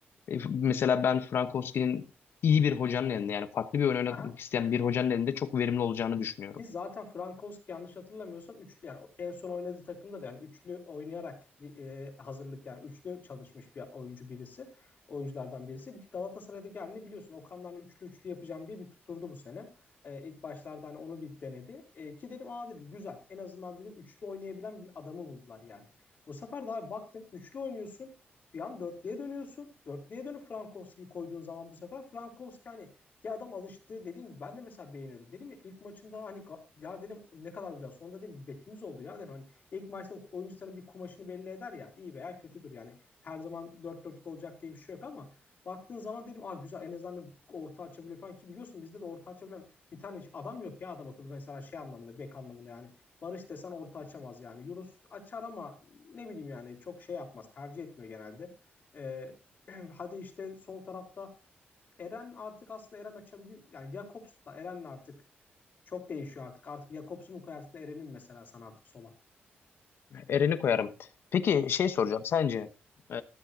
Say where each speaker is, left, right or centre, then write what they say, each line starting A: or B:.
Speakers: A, on the left; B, on the left.
A: E, f- mesela ben Frankowski'nin iyi bir hocanın elinde yani farklı bir oyun oynatmak
B: Aha.
A: isteyen bir hocanın elinde çok verimli olacağını düşünüyorum.
B: Ki zaten Frankowski yanlış hatırlamıyorsam üçlü yani en son oynadığı takımda da yani üçlü oynayarak e, hazırlık yani üçlü çalışmış bir oyuncu birisi. Oyunculardan birisi. Ki Galatasaray'daki halini biliyorsun. Okan'dan üçlü üçlü yapacağım diye bir tutturdu bu sene. E, ilk başlarda hani onu bir denedi. E, ki dedim aa dedim güzel. En azından dedim üçlü oynayabilen bir adamı buldular yani. Bu sefer de abi baktın üçlü oynuyorsun. Bir an dörtlüye dönüyorsun. Dörtlüye dönüp Frankowski'yi koyduğun zaman bu sefer Frankowski hani ya adam alıştı dediğim gibi ben de mesela beğeniyordum. Dedim ya ilk maçında hani ka- ya dedim ne kadar güzel. Sonunda dedim bekimiz oldu ya dedim. Hani ilk maçta oyuncu sana bir kumaşını belli eder ya iyi veya kötüdür yani. Her zaman dört 4 olacak diye bir şey yok ama baktığın zaman dedim aa güzel en azından dedim orta açabiliyor falan ki biliyorsun bizde de orta açabilen bir tane hiç adam yok ya adam akıllı mesela şey anlamında bek anlamında yani. Barış desen orta açamaz yani. Yunus açar ama ne bileyim yani çok şey yapmaz tercih etmiyor genelde. Ee, <clears throat> hadi işte sol tarafta Eren artık aslında Eren açabiliyor. Yani Jakobs da Eren'le artık çok değişiyor artık. Artık Jakobs'u mu koyarsın Eren'in mesela sen artık sola.
A: Eren'i koyarım. Peki şey soracağım sence e,